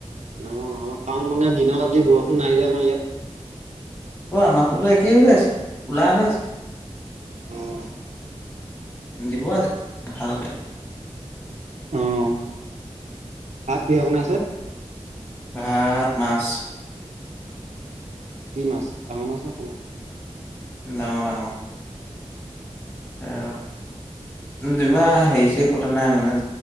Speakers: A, on the right; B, on the left.
A: অ' আমাৰ কাৰণ মানে দিনত আজি বৰষুণ নাই। যে আমাৰ ইয়াত।
B: অ' আমাৰ ফালে একেই হৈ আছে কোলা হৈ আছে।
A: অ'।
B: দিব আজি ভালকে।
A: উ'ম। ভাত কিহে বনাইছে?
B: ভাত মাছ
A: কি মাছ ডাঙৰ মাছ নে সৰু মাছ?
B: ডাঙৰ ডাঙৰ এ! কিবা হেৰিছেই পতা নাই মানে